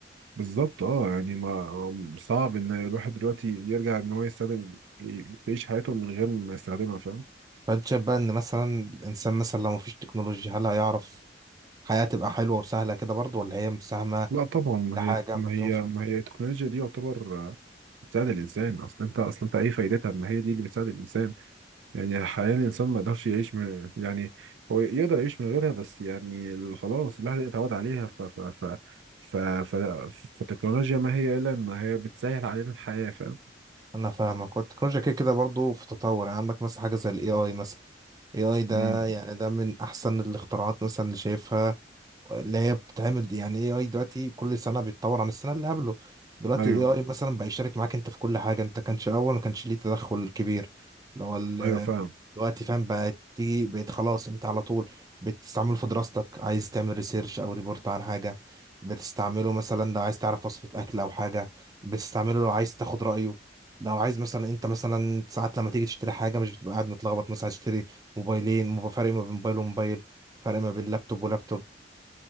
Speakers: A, on the right; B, on the right.
A: بالظبط اه يعني ما صعب ان الواحد دلوقتي يرجع ان هو يستخدم يعيش حياته من غير ما يستخدمها فاهم
B: فانت شايف بقى ان مثلا الانسان مثلا لو مفيش تكنولوجيا هل هيعرف حياة تبقى حلوة وسهلة كده برضه ولا هي مساهمة
A: لا طبعا ما
B: لحاجة
A: هي ما
B: مليون
A: هي
B: في
A: ما هي التكنولوجيا دي يعتبر آه، بتساعد الانسان اصلا انت اصلا انت ايه فايدتها ما هي دي اللي بتساعد الانسان يعني حاليا الانسان ما يقدرش يعيش من يعني هو يقدر يعيش من غيرها بس يعني ال- خلاص الواحد اتعود عليها ف ف ف ف ف فالتكنولوجيا ما هي الا ان هي بتسهل علينا الحياه فاهم
B: انا فاهمك والتكنولوجيا كده كده برضه في تطور يعني عندك مثلا حاجه زي الاي اي مثلا اي اي ده
A: امم
B: يعني ده من احسن الاختراعات مثلا اللي شايفها اللي هي بتتعمل يعني اي اي دلوقتي كل سنه بيتطور عن السنه اللي قبله دلوقتي
A: ايوه
B: الاي اي مثلا بقى يشارك معاك انت في كل حاجه انت كانش الاول ما كانش ليه تدخل كبير اللي هو
A: ايوه فعلا
B: دلوقتي فاهم بقت تيجي بقيت خلاص انت على طول بتستعمله في دراستك عايز تعمل ريسيرش او ريبورت عن حاجه بتستعمله مثلا لو عايز تعرف وصفه اكل او حاجه بتستعمله لو عايز تاخد رايه لو عايز مثلا انت مثلا ساعات لما تيجي تشتري حاجه مش بتبقى قاعد متلخبط مثلا هتشتري موبايلين مو- فرق ما بين موبايل وموبايل فرق ما بين لابتوب ولابتوب